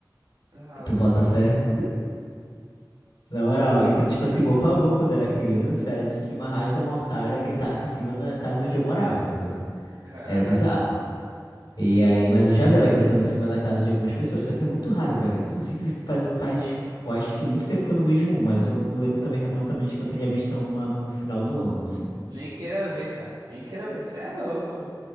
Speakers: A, on the right (about 80°); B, on the left (about 75°).
A: tá louco,
B: Tu bota fé? Na moral,
A: né?
B: então, tipo assim, meu pavor quando era criança era de que uma rasga-mortalha gritasse em cima da casa onde eu morava, entendeu?
A: Caraca.
B: Era bizarro. E
A: Que...
B: aí, mas eu já vi ela gritando em cima da casa de algumas pessoas, só que é muito raro ver ela. Inclusive, faz, faz, eu acho que muito tempo que eu não vejo um, mas eu lembro também remotamente que eu tinha visto uma no final do ano, assim.
A: Nem queira ver, cara. Nem queira ver. Você é louco.